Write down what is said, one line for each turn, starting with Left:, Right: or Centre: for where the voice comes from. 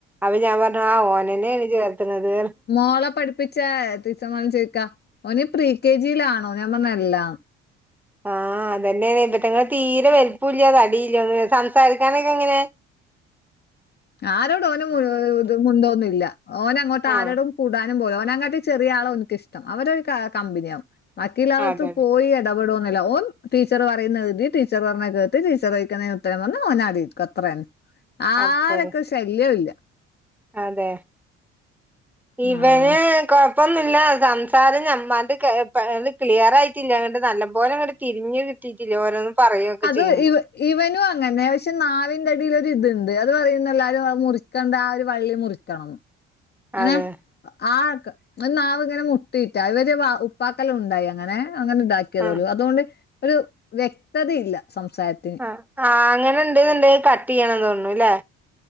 Centre: അവ ഞാ പർഞ്ഞു ആ ഓനന്നെണ് ചേർത്ത്ണത്.
Left: മോള പഠിപ്പി ച്ച ടീച്ചർമാരും ചോയ്ക്കാ ഓന് പ്രീ കെ ജിയിലാണോ ൻ പറഞ്ഞു അല്ലാന്ന്.
Centre: ആ അതന്നെയെ ഇറ്റങ്ങള് തീരെ വലുപുല്ല തടില്ല സംസാരിക്കാനൊക്കെ എങ്ങനെ
Left: ആരോടും ഓന് മുൻ മുണ്ടൊന്നുല്ല ഓനങ്ങോട്ട്
Centre: ആഹ്
Left: ആരോടും കൂടാ നകാട്ടി ചെറിയ ആള ഓനിക്ക്ഷ്ടം അവരെ കമ്പനിയാവും ബാക്കിയുള്ള ആള
Centre: അതെ അതെ
Left: പോയി ഇടപെടുന്നുല്ല ഓൻ ടീച്ചർ പറയുന്ന ഴുതി ടീച്ചർ പറഞ്ഞ കേട്ട് ടീച്ചർഴിക്കുന്നതിനുത്തരം പർഞ് ഓനടിര്ക്കും. ത്രെന്നേ ആരൊക്കെ
Centre: അത്രേ ഉള്ളൂ
Left: ശല്ല്യോല്ല.
Centre: അതെ ഇവന്
Left: ആഹ്
Centre: കൊ പ്പൊന്നുല്ല സംസാരം ഞത് ക്ലിയർ ആയിട്ടില്ല അങ്ങ് നല്ല പോലെങ്ങോട്ട തിരിഞ്ഞ് ട്ടില്ല ഓരോന്ന് പറയൊക്കെ
Left: അത്
Centre: ചെയ്യുമ്പോ
Left: ഇവ ഇവനും അങ്ങനെ പക്ഷെ നാവിന്റെടിൽൊ ഇതുണ്ട് അത് പറയുന്ന എല്ലാരും മുറി ത്തെന്താ ആ ഒരു വള്ളി മുറിക്കണം. അങ്ങനെ
Centre: അതെ
Left: ആ നാവ് ഇങ്ങനെ മുട്ടിയിട്ടാ അത് വരെ ഉപ്പാക്കെല്ലോം ഉണ്ടായോ അങ്ങനെ അങ്ങനെ ഇതാക്കിയതേ
Centre: ആ
Left: ഉള്ളു അതുകൊണ്ട് ഒരു വ്യക്തത ഇല്ല സംസാരത്തിന്
Centre: ആഹ് അങ്ങനെ ഇണ്ട്ന്ന്ണ്ടേല് കട്ടിയണം തോന്ന്ണുല്ലെ